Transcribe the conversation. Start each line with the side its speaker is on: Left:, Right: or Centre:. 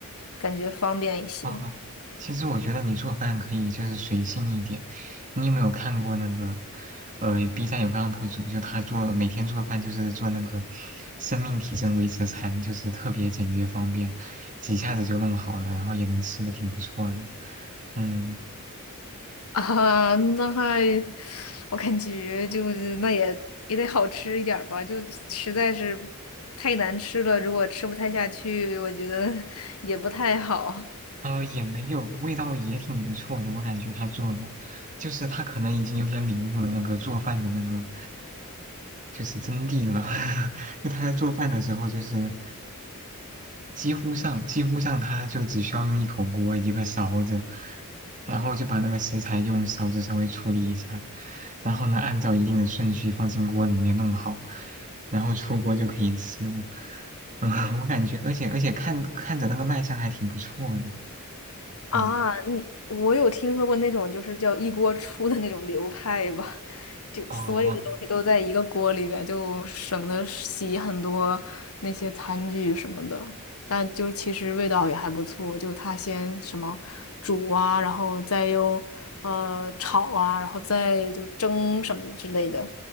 Left: 感觉方便一些。
Right: 啊，其实我觉得你做饭可以就是随性一点。你有没有看过那个，呃，B 站有个 UP 主，就他做每天做饭就是做那个生命体征维持餐，就是特别简约方便，几下子就弄好了，然后也能吃的挺不错的。嗯，
Left: <laughs> 啊，那还，我感觉就是那也也得好吃一点儿吧，就实在是太难吃了，如果吃不太下去，我觉得 <laughs> 也不太好。
Right: 呃，也没有，味道也挺不错的，我感觉他做的，就是他可能已经有点领悟了那个做饭的那个，就是真谛了。<laughs> 就他在做饭的时候，就是几乎上几乎上它就只需要用一口锅一个勺子，然后就把那个食材用勺子稍微处理一下，然后呢按照一定的顺序放进锅里面弄好，然后出锅就可以吃了。嗯，<laughs> 我感觉，而且而且看看着那个卖相还挺不错的。
Left: 啊，
Right: 嗯，
Left: 你我有听说过那种就是叫一锅出的那种流派吧，就所有的东西都在一个锅里边，
Right: 哦，
Left: 就省得洗很多那些餐具什么的。但就其实味道也还不错，就他先什么煮啊，然后再用呃炒啊，然后再就蒸什么之类的，